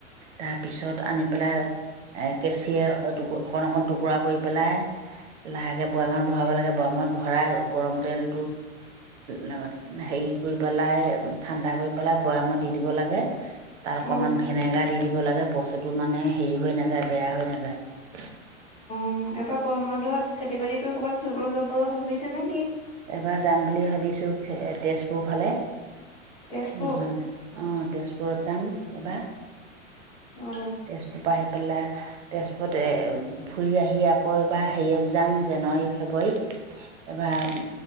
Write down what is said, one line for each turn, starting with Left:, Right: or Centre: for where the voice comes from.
Right: তাৰপিছত আনি পেলাই এ কেঁচিয়ে টু অকণ অকণ টুকুৰা কৰি পেলাই লাহেকে বৈয়ামত ভৰাব লাগে বৈয়ামত ভৰাই গৰম তেল লগত হেৰি কৰি পেলাই ঠাণ্ডা কৰি পেলাই বৈয়ামত দি দিব লাগে। তাৰ অকমান
Left: অ',
Right: ভিনেগাৰ দি দিব লাগে, বস্তুটো মানে হেৰি হৈ নেযায় বেয়া হৈ নেযায়।
Left: অঁ এইবাৰ গৰম বন্ধত খেতি বাতি কৰি ক'ৰবাত ফুৰিবলে যাবলে ভাবিছে নেকি?
Right: এবাৰ যাম বুলি ভাবিছো তেজপুৰ ফালে।
Left: তেজপুৰ
Right: অঁ তেজপুৰত যাম এবাৰ।
Left: এ।
Right: তেজপুৰ পা আহি পেলাই তেজপৰত এ ফুৰি আহি আকৌ এবাৰ হেৰিয়ত যাম জানুৱাৰী ফেব্ৰুৱাৰীত এবাৰ